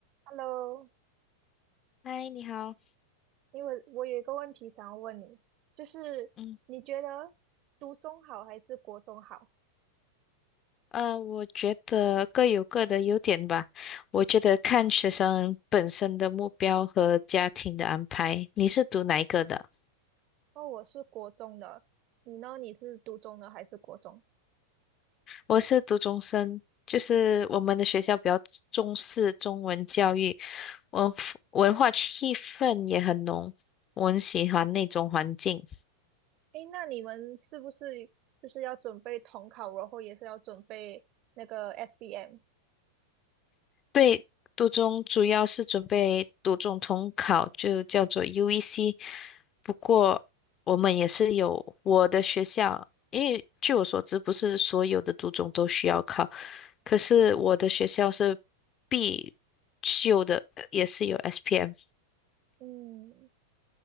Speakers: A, on the right; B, on the left.
A: Hello，
B: 嗨，你好。
A: 因为我有一个问题想要问你，就是你觉得读中好还是国中好？
B: 嗯，呃，我觉得各有各的优点吧。我觉得看学生本身的目标和家庭的安排。你是读哪一个的？
A: 哦，我是国中的，你呢？你是读中的还是国中？
B: 我是读中生，就是我们的学校比较重视中文教育，文文化气氛也很浓，我很喜欢那种环境。
A: 诶，那你们是不是就是要准备统考，然后也是要准备那个 SBM？
B: 对，读中主要是准备读中统考，就叫做 UEC。不过我们也是有我的学校，因为据我所知，不是所有的读中都需要考。可是我的学校是必修的，呃也是有 SPM。
A: 嗯，